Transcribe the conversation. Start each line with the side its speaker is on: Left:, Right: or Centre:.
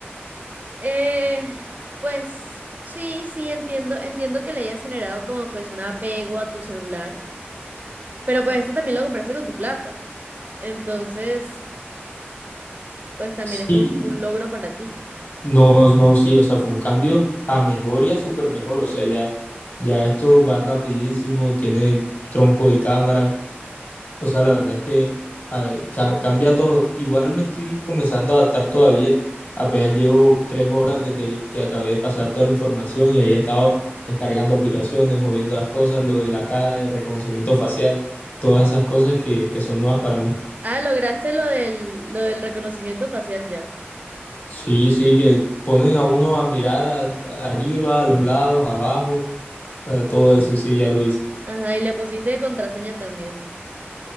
Right: Eh, pues sí, sí, entiendo, entiendo que le hayas generado como pues un apego a tu celular, pero pues este también lo compraste con tu plata, entonces pues también
Left: Sí,
Right: es un, un logro para ti.
Left: No, no, sí, o sea, fue un cambio a mejor y a súper mejor, o sea, ya, ya esto va rapidísimo, tiene tronco de cámara, o sea, la verdad es que ay, ca- cambia todo. Igual me estoy comenzando a adaptar todavía, apenas llevo tres horas desde que acabé de pasar toda la información y ahí he estado descargando aplicaciones, moviendo las cosas, lo de la cara, el reconocimiento facial, todas esas cosas que, que son nuevas para mí.
Right: Ah, lograste lo del, lo del reconocimiento facial ya.
Left: Sí, sí, que ponen a uno a mirar a- arriba, a los lados, abajo, a todo eso, sí, ya lo hice.
Right: Ajá, y le pusiste de contraseña también.